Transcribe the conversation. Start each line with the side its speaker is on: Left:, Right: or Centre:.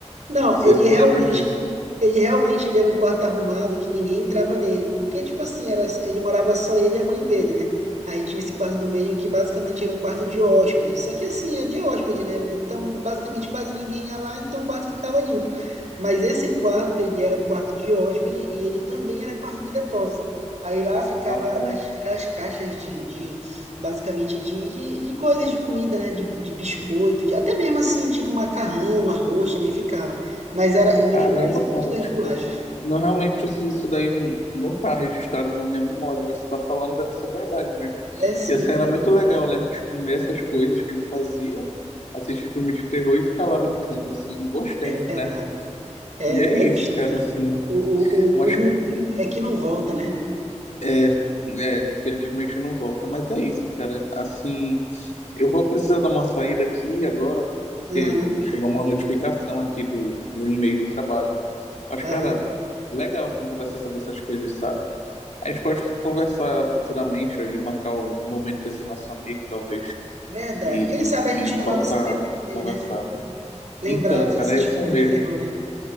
Right: não,
Left: Não sei
Right: ele
Left: se tu
Right: realmente
Left: lembra disso.
Right: Ele realmente ele era um quarto arrumado que ninguém entrava nele, porque, tipo assim, era, ele morava só ele e a mãe dele, né? Aí tinha esse quarto do meio que basicamente era um quarto de hóspede, só que assim, é de hóspede, né? Então, basicamente quase ninguém ia lá, então o quarto ficava limpo. Mas esse quarto, ele era quarto de hóspede e ele também era quarto de depósito. Aí lá ficava
Left: Ah, cara.
Right: as, aquelas caixas de, de basicamente, de, de, de coisas de comida, né? De, de biscoito, de- até mesmo assim, tipo macarrão, arroz também ficava. Mas era, eu me
Left: Caramba,
Right: lembro É. principalmente
Left: cara,
Right: das
Left: tipo.
Right: bolachas.
Left: Não, realmente, assim, isso daí n- não tá registrado na minha memória, mas você tá falando deve ser verdade mesmo.
Right: É sim,
Left: E assim, era muito legal, né? A gente comer essas coisas que ele fazia, assistir filme de terror e ficar lá brincando, assim, bons tempos,
Right: é verdade.
Left: né?
Right: É,
Left: E
Right: é
Left: é
Right: velho,
Left: isso, cara, assim.
Right: o, o,
Left: Umas
Right: o, o ruim é que não volta, né?
Left: É, é, felizmente não volta, mas é isso, cara. Assim, eu vou precisar dar uma saída aqui agora,
Right: Aham,
Left: porque chegou uma notificação aqui do, de um e-mail do trabalho. Mas,
Right: aham.
Left: cara, é legal assim conversar sobre essas coisas, sabe? A gente pode conversar futuramente ali, marcar um um momento com esse nosso amigo, talvez,
Right: Verdade.
Left: e,
Right: Quem sabe
Left: e,
Right: a gente
Left: e voltar
Right: não vai no cinema
Left: a
Right: também,
Left: conversar.
Right: né? Lembrar,
Left: Então,
Right: assistir
Left: cara, é isso
Right: um filme
Left: mesmo.
Right: de terror, né?